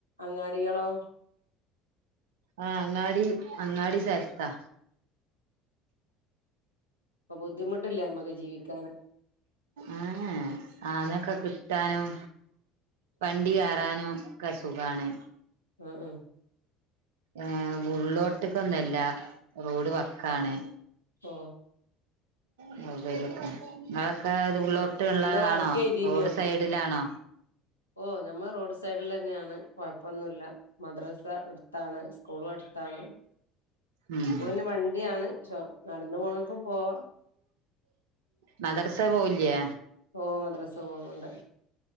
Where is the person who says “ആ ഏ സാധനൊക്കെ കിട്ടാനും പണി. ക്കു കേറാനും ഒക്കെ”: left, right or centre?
Right